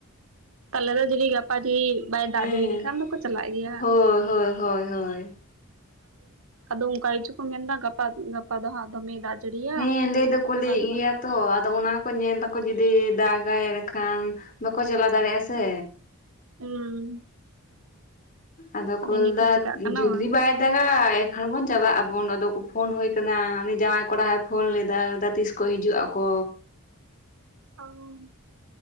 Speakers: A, on the right (about 70°); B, on the left (about 40°).
A: ᱛᱟᱦᱞᱮ ᱫᱚ ᱡᱩᱫᱤ ᱜᱟᱯᱟ <unintelligible> ᱵᱟᱭ
B: ᱦᱮᱸ
A: ᱫᱟᱜ ᱡᱟᱹᱲᱤ ᱞᱮᱠᱷᱟᱱ ᱫᱚᱠᱚ ᱪᱟᱞᱟᱜ ᱜᱮᱭᱟ
B: ᱦᱳᱭ ᱦᱳᱭ ᱦᱳᱭ ᱦᱳᱭ
A: ᱟᱫᱚ ᱩᱱᱠᱟ ᱜᱮᱪᱚ ᱠᱚ ᱢᱮᱱ ᱫᱟ ᱜᱟᱯᱟ ᱜᱟᱯᱟ ᱫᱚ ᱦᱟᱸᱜ ᱫᱚᱢᱮ ᱫᱟᱜ ᱡᱟᱹᱲᱤᱭᱟ
B: ᱦᱮᱸ ᱞᱟᱹᱭ ᱫᱟᱠᱚ ᱞᱟᱹᱭᱮᱫ
A: ᱟᱫᱚ
B: ᱜᱮᱭᱟ
A: ᱦᱟᱸᱜ
B: ᱛᱚ ᱟᱫᱚ ᱚᱱᱟ ᱠᱚ ᱧᱮᱞ ᱫᱟᱠᱚ ᱡᱩᱫᱤ ᱫᱟᱜᱟᱭ ᱟᱰᱮᱠᱷᱟᱱ ᱵᱟᱠᱚ ᱪᱟᱞᱟᱣ ᱫᱟᱲᱮᱭᱟᱜᱼᱟ ᱥᱮ
A: ᱩᱸ
B: ᱟᱫᱚ ᱠᱚᱞ
A: ᱮᱱᱮᱠᱷᱟᱱ
B: ᱫᱟ
A: ᱪᱤᱠᱟᱹᱜ ᱠᱟᱱᱟ
B: ᱡᱩᱫᱤ
A: ᱵᱟᱝ
B: ᱵᱟᱭ ᱫᱟᱜᱟᱭ ᱮᱱᱠᱷᱟᱱ ᱵᱚᱱ ᱪᱟᱞᱟᱜ ᱟᱵᱚᱱ ᱟᱫᱚ ᱠᱚ ᱯᱷᱳᱱ ᱦᱩᱭ ᱠᱟᱱᱟ ᱩᱱᱤ ᱡᱟᱶᱟᱭ ᱠᱚᱲᱟ ᱦᱚᱭ ᱯᱷᱳᱱ ᱞᱮᱫᱟᱭ ᱞᱟᱹᱭᱫᱟ ᱛᱤᱥ ᱠᱚ ᱦᱤᱡᱩᱜᱼᱟ ᱠᱚ
A: ᱚ